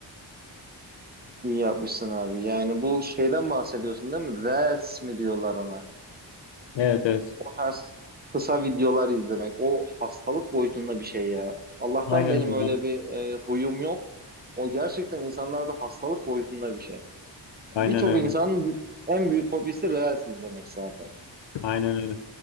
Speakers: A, on the right (about 20°); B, on the left (about 75°).
A: İyi yapmışsın abi. Yani bu şeyden bahsediyorsun değil mi? Reels mi diyorlar ona?
B: Evet evet.
A: O tarz kısa videolar izlemek. O hastalık boyutunda bir şey ya. Allah'tan
B: Aynen
A: benim
B: öyle.
A: öyle bir e, huyum yok. O gerçekten insanlarda hastalık boyutunda bir şey.
B: Aynen
A: Birçok
B: öyle.
A: insanın en büyük hobisi Reels izlemek zaten.
B: Aynen öyle.